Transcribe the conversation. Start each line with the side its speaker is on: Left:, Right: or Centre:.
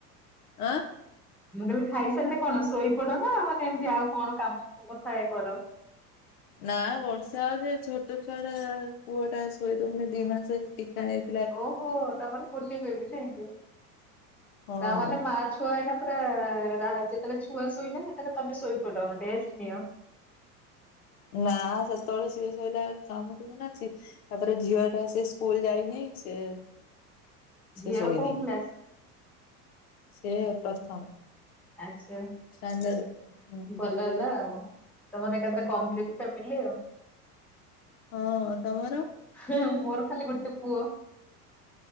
Left: ଏଁ?
Centre: ମୁଁ କହିଲି ଖାଇସାରିଲେ କଣ ଶୋଇପଡ ନା ମାନେ ଏମିତି ଆଉ କଣ କାମ କଥା କର?
Left: ନା ବର୍ଷା ହଉଛି ଏଇ ଛୋଟ ଛୁଆ ଟା ପୁଅ ଟା ଶୁଆଇଦଉନି ଦି ମାସ ଟୀକା ନେଇ
Centre: ଓହୋ ତମର କୁଲିବେ ବି ନା କି
Left: ହଁ
Centre: ତା ମାନେ ମାଚ ଛୁଆ ହେଲା ପୁରା ରା ଯେତେବେଳେ ଛୁଆ ଶୋଇଲା ସେତେବେଳେ ତମେ ଶୋଇପଡ ରେଷ୍ଟ ନିଅ।
Left: ନା ସେତେବେଳେ ସିଏ ଶୋଇଲା ବେଳକୁ କାମ ଥିବ ନା ଅଛି। ତାପରେ ଝିଅ ଟା ସେ ସ୍କୁଲ ଯାଇନି ସେ ସେ
Centre: ଝିଅର
Left: ଶୋଇନି
Centre: କୋଉ କ୍ଲାସ୍
Left: ସେ ପ୍ରଥମ
Centre: ଆଛା
Left: ଷ୍ଟାଣ୍ଡାର୍ଡ ହୁଁ
Centre: ଭଲ ହେଲା ଆଉ। ତମର ଏକାଥରେ କଂପ୍ଲିଟ୍ ଫ୍ୟାମିଲୀ ଆଉ।
Left: ହଁ ତମର
Centre: ହେ ମୋର ଖାଲି ଗୋଟେ ପୁଅ।